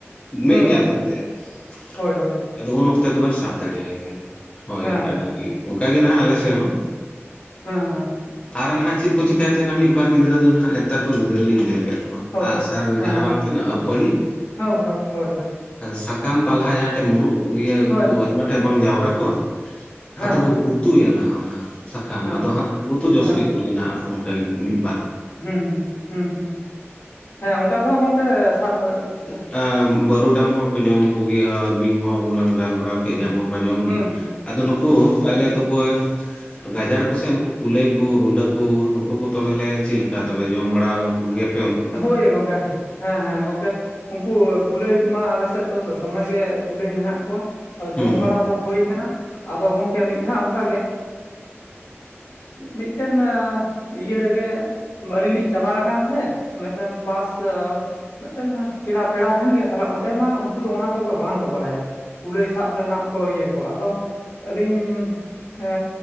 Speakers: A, on the left; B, on the left.
A: ᱢᱮᱫ
B: ᱦᱩᱸ
A: ᱜᱮ
B: ᱦᱩᱸ
A: ᱟᱸᱫᱷᱟᱜ ᱛᱟᱭᱟ ᱾
B: ᱦᱳᱭ ᱦᱳᱭ
A: ᱟᱫᱚ ᱩᱱ ᱚᱠᱛᱚ ᱫᱚᱵᱮᱱ ᱥᱟᱵ ᱫᱟᱲᱮᱭᱟᱭ ᱜᱮᱭᱟ᱾ ᱦᱳᱭ
B: ᱦᱮᱸ
A: ᱟᱹᱰᱤ
B: ᱦᱮᱸ
A: ᱚᱱᱠᱟᱜᱮ ᱱᱟᱦᱟᱜ ᱟᱞᱮ ᱥᱮᱫ ᱦᱚᱸ᱾
B: ᱦᱮᱸ ᱦᱮᱸ
A: ᱟᱨ ᱱᱟᱦᱟᱜ ᱪᱮᱫ ᱠᱚ ᱪᱮᱠᱟᱹᱭᱮᱫ ᱛᱟᱦᱮᱱᱟ ᱢᱤᱫᱵᱟᱨ ᱜᱤᱫᱽᱨᱟᱹ ᱫᱚ ᱱᱟᱦᱟᱜ ᱱᱮᱛᱟᱨ ᱠᱚ ᱜᱤᱫᱽᱨᱟᱹ ᱞᱤᱧ ᱧᱮᱞ ᱠᱮᱫ
B: ᱦᱳᱭ
A: ᱟᱸᱜᱥᱟᱨ
B: ᱦᱮᱸ
A: ᱡᱟᱦᱟᱸ ᱵᱟᱝ ᱪᱟᱞᱟᱜ-ᱟ ᱯᱟᱨᱤ
B: ᱦᱳᱭ ᱦᱳᱭ ᱦᱳᱭ ᱦᱳᱭ
A: ᱟᱫᱚ ᱥᱟᱠᱟᱢ ᱯᱟᱞᱦᱟ ᱡᱟᱦᱟᱸ ᱴᱷᱮᱱ ᱢᱩᱨᱩᱫ ᱤᱭᱟᱹ
B: ᱦᱮᱸ
A: ᱠᱚ ᱟᱭᱢᱟ ᱴᱷᱮᱱ ᱵᱟᱝ ᱡᱟᱣᱨᱟ ᱠᱚᱜ-ᱟ ᱟᱫᱚ
B: ᱦᱮᱸ
A: ᱠᱚ ᱜᱩᱛᱩᱭᱟ ᱱᱟᱦᱟᱸᱜ ᱚᱱᱟ ᱥᱟᱠᱟᱢ
B: ᱦᱮᱸ
A: ᱟᱫᱚ ᱦᱟᱸᱜ ᱜᱩᱛᱩ ᱡᱚᱥ
B: ᱦᱮᱸ
A: ᱠᱮᱫ ᱜᱮ ᱱᱟᱦᱟᱸᱜ ᱚᱱᱠᱟᱜᱮ ᱢᱤᱫ ᱵᱟᱨ
B: ᱦᱩᱸ ᱦᱩᱸ ᱦᱩᱸ ᱦᱮᱸ ᱚᱱᱠᱟ ᱛᱮᱦᱚᱸ ᱜᱚᱝᱠᱮ ᱥᱟᱵ‌ ᱫᱚ ᱤᱭᱟ
A: ᱮ ᱵᱟᱹᱨᱩ ᱰᱟᱝ ᱢᱟ ᱯᱮ ᱡᱚᱢ ᱠᱚᱜᱮᱭᱟ ᱟᱨ ᱵᱤᱧ ᱦᱚᱸ ᱵᱚᱞᱟᱝ ᱜᱟᱞᱢᱟᱨᱟᱣ ᱠᱮᱫ ᱡᱟᱢᱵᱽᱲᱩ ᱢᱟ ᱡᱚᱢ
B: ᱦᱮᱸ
A: ᱜᱮ
B: ᱦᱮᱸ
A: ᱟᱫᱚ ᱱᱩᱠᱩ ᱛᱟᱦᱞᱮ ᱛᱚᱠᱚ ᱜᱟᱡᱟᱲ ᱠᱚᱥᱮᱫ ᱱᱩᱠᱩ ᱠᱩᱞᱟᱹᱭ ᱠᱚ ᱨᱩᱰᱟᱹ ᱠᱚ ᱱᱩᱠᱩ ᱠᱚ ᱛᱚᱵᱮᱞᱮ ᱪᱮᱫ ᱞᱮᱠᱟ ᱛᱚᱵᱮ ᱡᱚᱢ ᱵᱟᱲᱟ ᱠᱚ ᱜᱮᱭᱟᱯᱮ?
B: ᱦᱳᱭ ᱜᱚᱝᱠᱮ ᱦᱮᱸ ᱦᱮᱸ ᱦᱮᱸ ᱜᱚᱝᱠᱮ ᱩᱱᱠᱩ ᱠᱩᱞᱟᱹᱭ ᱠᱚᱢᱟ ᱟᱞᱮ ᱥᱮᱫ ᱫᱚ ᱫᱚᱢᱮᱜ ᱜᱮ ᱠᱩᱞᱟᱹᱭ ᱢᱮᱱᱟᱜ ᱠᱚᱣᱟ᱾ ᱚ
A: ᱦᱩᱸ
B: ᱡᱚᱢ ᱵᱟᱲᱟ ᱫᱚ ᱦᱳᱭ ᱠᱟᱱᱟ ᱟᱫᱚ ᱜᱚᱝᱠᱮ ᱢᱤᱫ ᱫᱷᱟᱣ ᱚᱱᱠᱟᱜᱮ ᱢᱤᱫᱴᱮᱱ ᱤᱭᱟᱹ ᱨᱮᱜᱮ ᱟᱹᱞᱤᱧ ᱞᱤᱧ ᱪᱟᱞᱟᱣ ᱟᱠᱟᱱ ᱛᱟᱦᱮᱸᱫ ᱢᱤᱫᱴᱮᱱ ᱯᱟᱥ ᱢᱤᱫᱴᱮᱱ ᱯᱤᱲᱟ ᱯᱮᱲᱟ ᱴᱷᱮᱱ ᱜᱮ ᱛᱟᱦᱚᱞᱮ ᱚᱸᱰᱮ ᱢᱟ ᱩᱱᱠᱩ ᱫᱚ ᱚᱱᱟ ᱠᱚᱜᱮ ᱵᱟᱝᱠᱚ ᱵᱟᱲᱟᱭᱟ ᱠᱩᱞᱟᱹᱭ ᱥᱟᱵ ᱨᱮᱱᱟᱜ ᱠᱚ ᱤᱭᱟᱹ ᱠᱚ ᱟᱫᱚ ᱟᱹᱞᱤᱧ ᱦᱮ